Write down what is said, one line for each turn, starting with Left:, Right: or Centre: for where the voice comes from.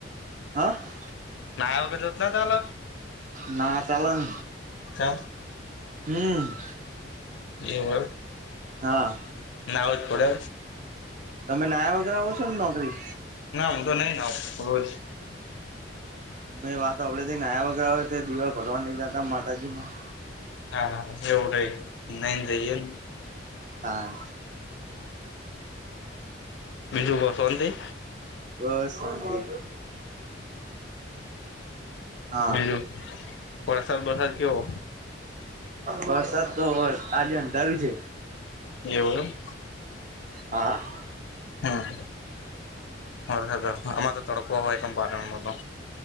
Right: હા
Left: ના વગરત ન ચાલ
Right: ના ચાલન
Left: કા
Right: હમ
Left: એવું એમ
Right: ના
Left: ના‌ઉજ પડે
Right: તમે નાયા વગેરે આવો છો નોકરી
Left: ના હું તો નહી ના‌ઉ રોજ
Right: અમે વાત આપડે થી નાયા વગર આવે દિવાલ ભરવા નઈ જતા માતાજી માં
Left: ના ના એવું નહીં ના‌ઈને જ‌ઇયે
Right: હા
Left: બીજું બહુ શાંતિ
Right: બસ શાંતિ હા
Left: બીજું વરસાદ વરસાદ કેવો.
Right: વરસાદ તો આજે અંધારું છે
Left: એવું એમ
Right: હા
Left: હમ અ આમાં તો તડકો હોય તો પા